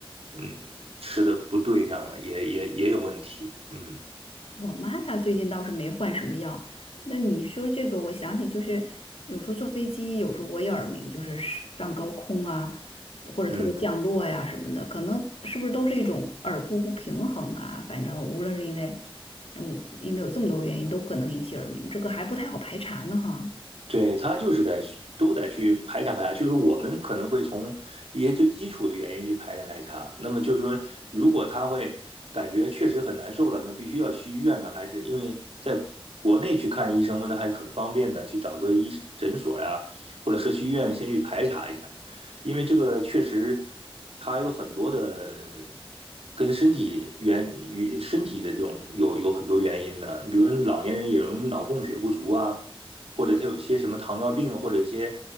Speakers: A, on the right; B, on the left.
A: 嗯，吃的不对上了，也也也有问题，嗯。
B: 我妈她最近倒是没换什么药。那你说这个，我想起就是有时候坐飞机，有时候我也耳鸣，就是上高空啊，或者特别降落呀、
A: 嗯，
B: 什么的，可能是不是都是一种耳部不平衡啊？反正无论是因为，嗯，因为有这么多原因，都可能引起耳鸣，这个还不太好排查呢哈。
A: 对，他就是在都得去排查排查，就是我们可能会从一些最基础的原因去排查排查。那么就是说，如果他会感觉确实很难受了，那必须要去医院呢，还是因为在国内去看医生嘛，那还是很方便的，去找个医诊所呀、或者社区医院先去排查一下，因为这个确实它有很多的跟身体原与身体的这种有有很多原因的，比如老年人也容易脑供血不足啊。或者他有些什么糖尿病，或者一些